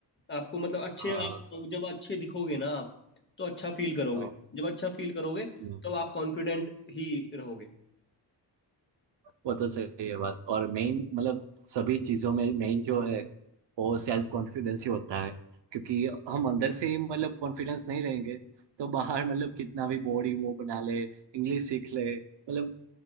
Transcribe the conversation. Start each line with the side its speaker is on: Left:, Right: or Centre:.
Left: आपको मतलब अच्छे
Right: हाँ
Left: आप जब अच्छे दिखोगे ना आप तो अच्छा फील करोगे
Right: हाँ,
Left: जब अच्छा फील करोगे
Right: हाँ,
Left: तब आप कॉन्फिडेंट ही रहोगे
Right: वो तो सही है बात और मेन मतलब सभी चीजों में मेन जो है वो सेल्फ कॉन्फिडेंस ही होता है क्योंकि हम अंदर से ही मतलब कॉन्फिडेंस नहीं रहेंगे तो बाहर मतलब कितना भी बॉडी वो बना ले इंग्लिश सीख ले मतलब